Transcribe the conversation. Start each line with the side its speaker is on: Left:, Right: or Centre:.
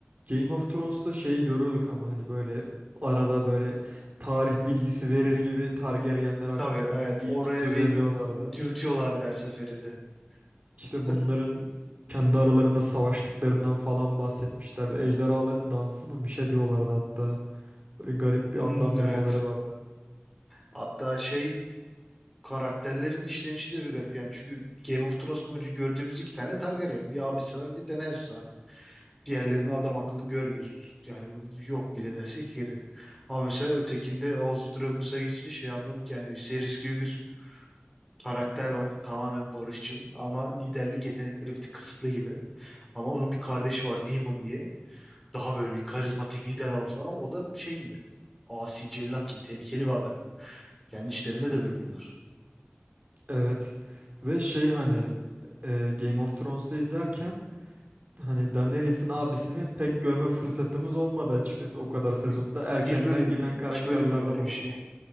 Right: Game of Thrones'ta şeyi görüyorduk ama hani böyle arada böyle tarih bilgisi verir gibi Targaryenler hakkında
Centre: Tabii evet
Right: bir
Centre: oraya
Right: iki söz
Centre: bir
Right: ediyorlardı.
Centre: dürtüyorlardı her seferinde.
Right: İşte
Centre: Tık.
Right: bunların kendi aralarında savaştıklarından falan bahsetmişlerdi. Ejderhaların dansı mı bir şey diyorlardı hatta. Böyle garip
Centre: Hmm,
Right: bir adlandırmaları
Centre: evet.
Right: vardı.
Centre: Hatta şey karakterlerin işlenişi de bir garip. Yani çünkü Game of Thrones boyunca gördüğümüz iki tane Targaryen. Bir abisi var bir de Daenerys vardı. Diğerlerini adam akıllı görmüyoruz. Yani yok bile dersek yeri. Ama mesela ötekinde House of Dragons'a geçince şey anladık yani bir series gibi bir karakter var. Tamamen barışçıl ama liderlik yetenekleri bir tık kısıtlı gibi. Ama onun bir kardeşi var Demon diye. Daha böyle bir karizmatik lider havası var ama o da şey gibi. Asi cellat gibi tehlikeli bir adam gibi. Kendi işlerinde de bölünüyorlar.
Right: Evet. Ve şey hani e, Game of Thrones'ta izlerken hani Daenerys'in abisini pek görme fırsatımız olmadı açıkçası o
Centre: Ya,
Right: kadar
Centre: bir,
Right: sezonda. Erkenden
Centre: bir bölüm
Right: giden
Centre: mü, iki
Right: karakterlerden
Centre: bölüm mü öyle
Right: oldu.
Centre: bir şey.